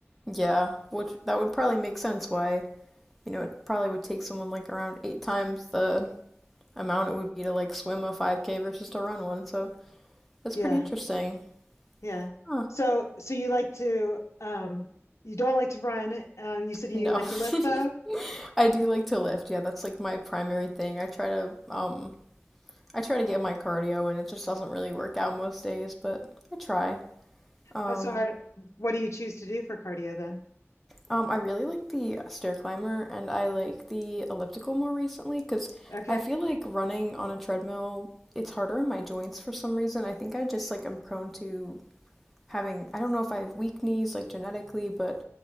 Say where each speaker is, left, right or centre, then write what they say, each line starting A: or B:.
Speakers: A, in the centre; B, on the left (about 80°).
A: Yeah, which that would probably make sense why, you know, it probably would take someone like around eight times the amount it would be to like swim a 5K versus to run one. So that's
B: Yeah,
A: pretty interesting.
B: yeah.
A: Huh.
B: So so you like to um you don't like to run. Um, you said you
A: No.
B: like to lift though.
A: <laughs> I do like to lift. Yeah, that's like my primary thing. I try to um I try to get my cardio and it just doesn't really work out most days, but I try. Um,
B: How- So how what do you choose to do for cardio then?
A: um, I really like the stair climber and I like the elliptical more recently because
B: Okay.
A: I feel like running on a treadmill, it's harder on my joints for some reason. I think I just like am prone to having I don't know if I have weak knees like genetically, but